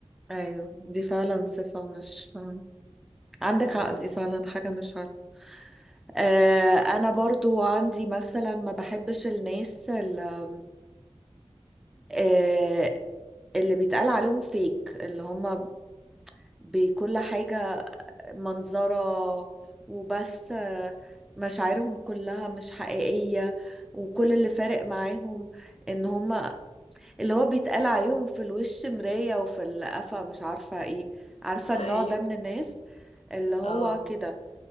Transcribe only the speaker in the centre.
ايوه دي فعلا صفه مش عندك
حق دي فعلا حاجه مش عارفه آه انا برضو عندي مثلا ما بحبش الناس اللي آه اللي بيتقال عليهم فيك اللي هم بكل حاجة منظرة وبس آه، مشاعرهم كلها مش حقيقية وكل اللي فارق معاهم ان هما اللي هو بيتقال عليهم في الوش مراية وفي القفا مش عارفة ايه عارفة
النوع
ده من الناس اللي هو
كده